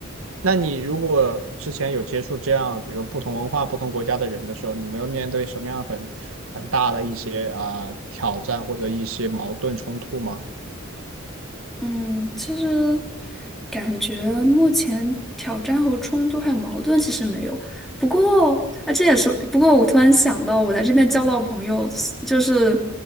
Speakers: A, on the right; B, in the centre.
A: 那你如果之前有接触这样，比如不同文化、不同国家的人的时候，你没有面对什么样很很大的一些啊、挑战或者一些矛盾冲突吗？
B: 嗯，其实感觉目前挑战和冲突还有矛盾其实没有。不过啊，这也是不过我突然想到，我在这边交到朋友，就是